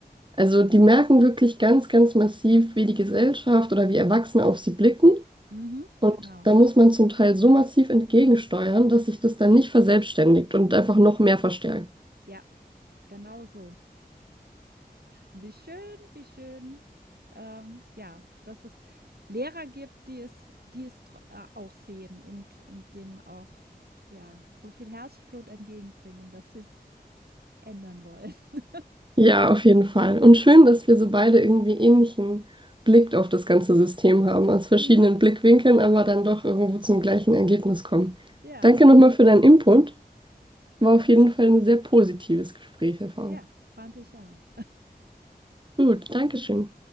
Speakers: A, on the right; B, on the right.
A: Also die merken wirklich ganz, ganz massiv, wie die Gesellschaft oder wie Erwachsene auf sie blicken.
B: Mhm.
A: Und
B: Genau.
A: da muss man zum Teil so massiv entgegensteuern, dass sich das dann nicht verselbstständigt und einfach noch mehr verstärkt.
B: Ja, genau so. Wie schön, wie schön. Ähm, ja, dass es Lehrer gibt, die es, die es tr- äh, auch sehen und, und dem auch ja, so viel Herzblut entgegenbringen, dass sie es ändern wollen. <laughs>
A: Ja, auf jeden Fall. Und schön, dass wir so beide irgendwie ähnlichen Blick auf das ganze System haben, aus verschiedenen
B: Mhm.
A: Blickwinkeln, aber dann doch irgendwo zum gleichen Ergebnis kommen.
B: Ja,
A: Danke nochmal für deinen Input. War auf jeden Fall ein sehr positives Gesprächserfahrung.
B: ja, fand ich auch.
A: Gut, Dankeschön.